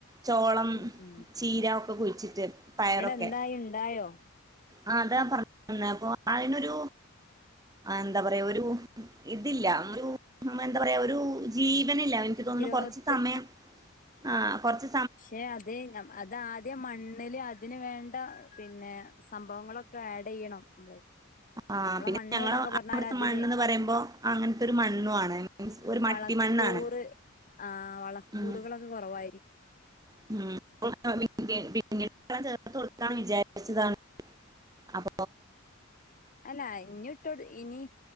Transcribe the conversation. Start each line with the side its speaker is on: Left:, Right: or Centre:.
Right: ചോളം
Left: ഉം ഉം
Right: ചീര ഒക്കെ കുഴിച്ചിട്ട് പയറൊക്കെ
Left: അവിടെ എന്തായി ഉണ്ടായോ
Right: ആ അതാ പറഞ്ഞെന്നെ അപ്പൊ അതിനൊരു ആഹ് എന്താ പറയാ ഒരു ഇതില്ല ഒരു മ്ഹ് എന്തപറയാ ഒരു ജീവ് വനില്ല എനിക്ക് തോന്നുന്നു
Left: ഗ്രോത്ത്
Right: കൊറച്ച് സമയം ആഹ് കൊറച്ച്
Left: ക്ഷെ അതെ അതാദ്യ മണ്ണ് അല്ലെ അതിന് വേണ്ട പിന്നെ സംഭവങ്ങളൊക്കെ ആഡ് ചെയ്യണം നമ്മള്
Right: ആഹ്
Left: നമ്മളെ
Right: പിന്നെ
Left: മണ്ണ്
Right: ഞങ്ങള്
Left: എന്നൊക്കെ പറഞ്ഞാൽ
Right: അവിടത്തെ
Left: അതില്
Right: മണ്ണ്ന്ന് പറയുമ്പോ അങ്ങനത്തെ ഒരു മണ്ണു ആണ് മീൻസ് ഒരു മട്ടിമണ്ണാണ്
Left: വളക്കൂറ് ആ വളക്കൂറുകളൊക്കെ
Right: ഉം
Left: കുറവായിരിക്കും
Right: <unintelligible> ചേർത്തു കൊടുക്കാം വിചാരിച്ചതാണ് അവ
Left: അല്ല ഇനിവിട്ട്കൊട് ഇനി